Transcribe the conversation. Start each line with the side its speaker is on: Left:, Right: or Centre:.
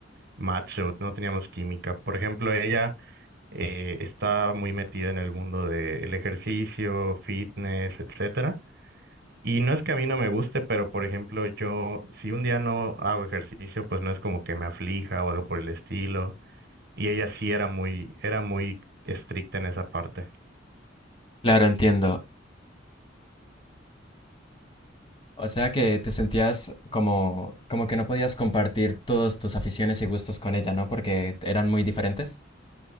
Right: match o no teníamos química. Por ejemplo, ella eh, está muy metida en el mundo del ejercicio, fitness, etcétera. Y no es que a mí no me guste, pero por ejemplo, yo si un día no hago ejercicio, pues no es como que me aflija o algo por el estilo. Y ella sí era muy, era muy estricta en esa parte.
Left: Claro, entiendo. O sea que te sentías como, como que no podías compartir todas tus aficiones y gustos con ella, ¿no? Porque eran muy diferentes.